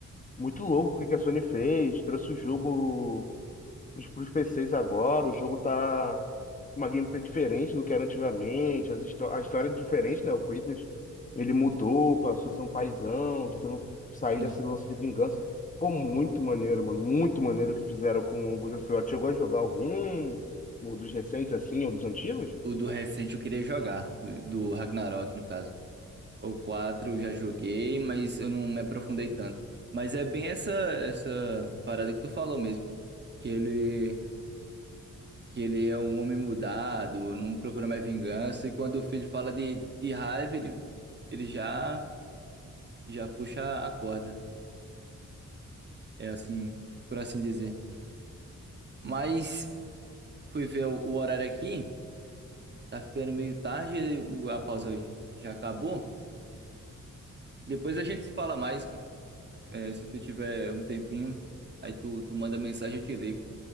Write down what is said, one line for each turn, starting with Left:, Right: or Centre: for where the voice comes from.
Left: muito louco o que que a Sony fez. Trouxe o jogo os, pros PCs agora, o jogo tá uma gameplay diferente do que era antigamente, as histó a história é diferente, né? O Kratos, ele mudou, passou a ser um paizão, tentando sair
Right: Né?
Left: desse lance de vingança. Pô, muito maneiro, mano, muito maneiro o que fizeram com o God of War. Chegou a jogar algum um dos recentes, assim, ou dos antigos?
Right: O do recente eu queria jogar, o do Ragnarok no caso. O 4 eu já joguei, mas eu não me aprofundei tanto. Mas é bem essa essa parada que tu falou mesmo, que ele que ele é um homem mudado, não procura mais vingança e quando o filho fala de, de raiva, ele ele já já puxa a corda. É assim, por assim dizer. Mas fui ver o o horário aqui, tá ficando meio tarde, e o- a pausa hoje já acabou. Depois a gente se fala mais, cara. É, se tu tiver um tempinho, aí tu, tu manda mensagem, eu te ligo.